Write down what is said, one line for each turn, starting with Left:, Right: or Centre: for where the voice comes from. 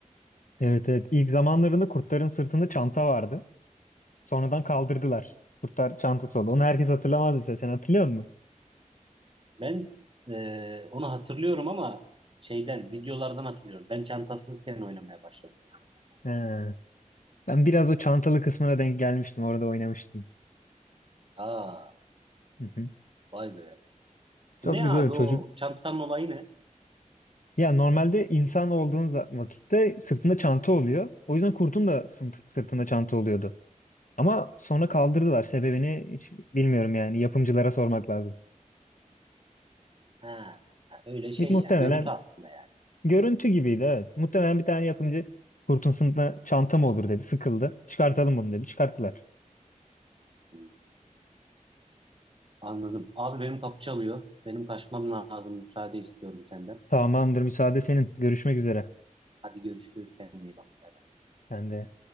Left: Evet evet ilk zamanlarında kurtların sırtında çanta vardı. Sonradan kaldırdılar. Kurtar çantası oldu. Onu herkes hatırlamaz mesela. Sen hatırlıyor musun?
Right: Ben e, onu hatırlıyorum ama şeyden, videolardan hatırlıyorum. Ben çantasızken oynamaya başladım.
Left: He. Ben biraz o çantalı kısmına denk gelmiştim. Orada oynamıştım.
Right: Aa,
Left: Hı hı.
Right: vay be.
Left: Çok
Right: Bu Ne
Left: güzel
Right: abi o
Left: çocuk.
Right: çantanın olayı ne?
Left: Ya normalde insan olduğun za- vakitte sırtında çanta oluyor. O yüzden kurtun da sırt- sırtında çanta oluyordu. Ama sonra kaldırdılar. Sebebini hiç bilmiyorum yani. Yapımcılara sormak lazım.
Right: Ha, öyle şey
Left: Bir- Muhtemelen
Right: yani. Görüntü aslında yani.
Left: görüntü gibiydi evet. Muhtemelen bir tane yapımcı kurtun sırtında çanta mı olur dedi. Sıkıldı. Çıkartalım bunu dedi. Çıkarttılar.
Right: Hmm, anladım. Abi benim kapı çalıyor. Benim kaçmam lazım. Müsaade istiyorum senden.
Left: Tamamdır müsaade senin. Görüşmek üzere.
Right: Hadi görüşürüz. Kendine iyi bak. Bay
Left: Sen de.